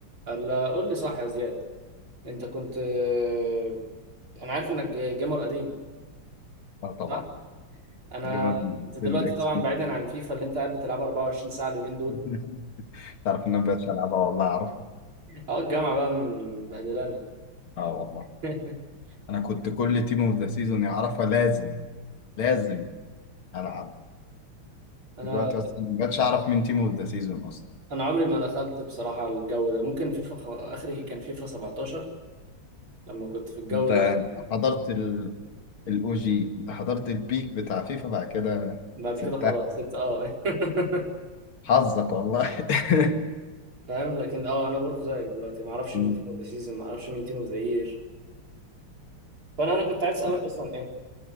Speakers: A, on the right; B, on the left.
A: الا قول لي صح يا زياد انت كنت آه، انا عارف انك جيمر قديم
B: اه طبعا
A: صح انا
B: جيمر
A: انت دلوقتي
B: فين اكس
A: طبعا
B: بوكس.
A: بعيدا عن فيفا اللي انت قاعد بتلعبها 24 ساعه اليومين دول
B: <laughs> تعرف ان انا مبقتش العبها والله اعرفها
A: اه الجامعه بقى مبهدلانا
B: اه والله
A: <laughs>
B: انا كنت كل تيم اوف ذا سيزون يعرفها لازم لازم العبها
A: انا
B: دلوقتي بس مبقتش اعرف مين تيم اوف ذا سيزون اصلا
A: انا عمري ما دخلت بصراحه الجو ده ممكن فيفا خ... اخري كان فيفا 17 لما كنت في الجو
B: انت
A: ده طبعاً.
B: حضرت الاو جي انت حضرت البيك بتاع فيفا بعد كده
A: بعد
B: سبتها
A: كده خلاص سبت اه <laughs>
B: حظك والله <laughs>
A: فاهم لكن اه انا برضو زيك دلوقتي ما اعرفش
B: مم.
A: مين تيم اوف ذا سيزون ما اعرفش مين تيم اوف ذا يير فانا انا كنت عايز اسالك
B: آه.
A: اصلا ايه